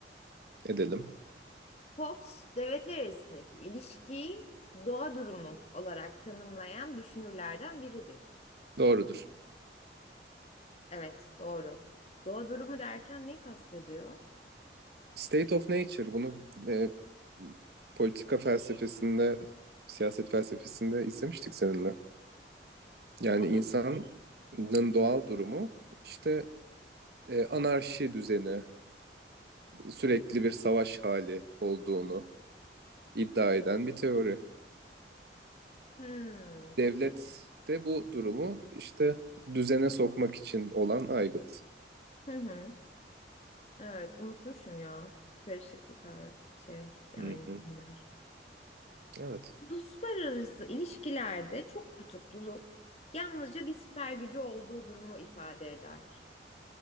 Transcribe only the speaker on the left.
Hobbes, devletler arasındaki ilişkiyi doğa durumu olarak tanımlayan düşünürlerden biridir.
Evet, doğru. Doğa durumu derken ne kastediyor?
Vallahi,
hmm,
okey.
Hı hı. Evet, unutmuşum ya. Karışık bir kar şey yani
konular.
Uluslararası ilişkilerde çok kutupluluk yalnızca bir süper gücü olduğu durumu ifade eder.